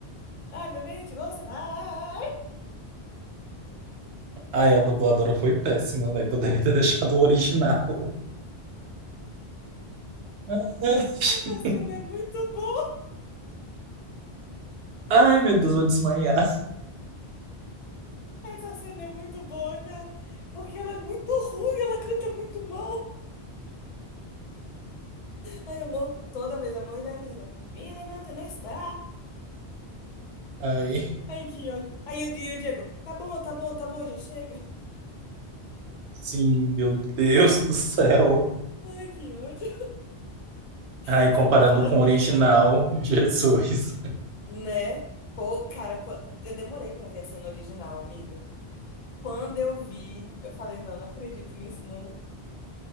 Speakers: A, on the left (about 45°); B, on the right (about 80°).
A: Na minha mente você vai.
B: ai, a dubladora foi péssima, velho. Poderia ter deixado o original. <laughs>
A: Essa cena é muito boa.
B: Ai, meu Deus, vou desmaiar.
A: Essa cena é muito boa, cara. Porque ela é muito ruim, ela canta muito mal. Ai, amor, toda vez, amor da Elisa. Me levante não está.
B: Ai,
A: Ai, que ódio. Aí o Di- o Diego. Tá bom, tá bom, tá bom, já chega.
B: sim, meu Deus do céu.
A: Ai, que ódio.
B: Ai,
A: Essa
B: comparando
A: novela era
B: com o
A: muito
B: original,
A: boa.
B: Jesus.
A: Né? Pô, cara, qu- eu demorei pra ver a cena original, amigo. Quando eu vi, eu falei, não, não acredito nisso, não.